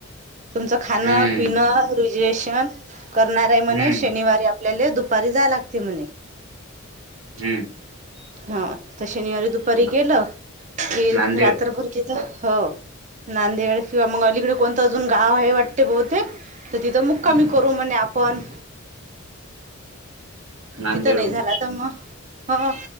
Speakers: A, on the right; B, on the right.
A: तुमचं खाणं
B: हम्म
A: पिणं रुजवेशन. करणार आहे
B: हम्म
A: म्हणे शनिवारी आपल्याला दुपारी जाय लागते म्हणे.
B: हम्म
A: हा तर शनिवारी दुपारी
B: कुठं
A: गेलं की
B: नांदेड
A: रा रात्रभर तिथे हो नांदेड किंवा मग अलीकडे कोणतं अजून गाव आहे वाटते बहुतेक. तर तिथं मक्कामी
B: हम्म
A: करू म्हणे आपण.
B: नांदेडहून
A: तिथं नाही झाला तर मग हो